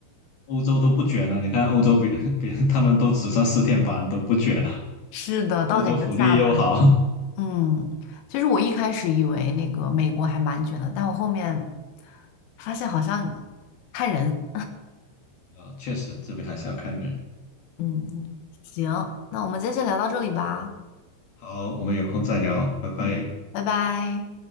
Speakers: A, on the left; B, on the left.
A: 欧洲都不卷了，你看欧洲比 <laughs> 比他们都只上四天班都不卷了，
B: 是的，到点就下班。
A: 欧洲福利又好。
B: 嗯，其实我一开始以为那个美国还蛮卷的，但我后面发现好像看人。
A: <laughs> 啊，确实这边还是要看人。
B: 嗯，嗯行，那我们今天先聊到这里吧。
A: 好，我们有空再聊，拜拜。
B: 嗯，拜拜。